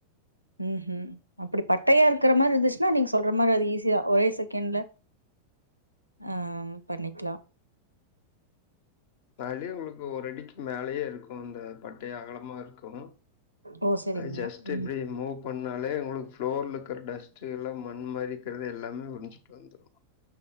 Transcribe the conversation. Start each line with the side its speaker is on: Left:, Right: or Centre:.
Right: ம் ம் அப்டி பட்டயா இருக்கிற மாதிரி இருந்துச்சுன்னா நீங்க சொல்ற மாதிரி அது ஈஸியா ஒரே செகண்ட்ல ஆ பண்ணிக்கலா
Left: பாடி உங்களுக்கு ஒரு அடிக்கு மேலயே இருக்கு அந்த பட்டையா அகலமா இரு க்கு
Right: ஓ! சரிங்க.
Left: அது ஜஸ்ட்
Right: ம்.
Left: இப்டி மூக் பண்ணாலே உங்களுக்கு ஃப்ளோர்ல இருக்கிற டஸ்ட்டு எல்லாமே மண் மாறிக்கிறது எல்லாமே உரிஞ்சிட்டு வந்துடு